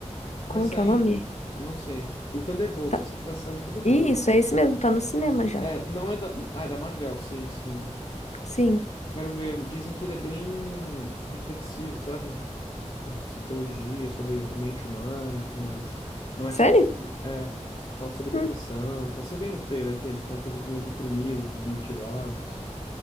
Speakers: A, on the left (about 45°); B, on the left (about 65°).
A: Vai
B: Como
A: sair,
B: que é o nome?
A: não sei. O Thunderbolts,
B: Tá.
A: eu sei que vai sair um Thunderbolts.
B: Isso, é esse mesmo, tá no cinema já.
A: É, não é da. Ah, é da Marvel, sim, sim.
B: Sim.
A: Quero ver. Dizem que ele é bem reflexivo, sabe? sobre psicologia, sobre a mente humana e tudo mais. Não
B: Sério?
A: é só sobre. é, fala sobre depressão.
B: Hum,
A: Então você vê no trailer que eles estão todos meio deprimidos, desmotivados.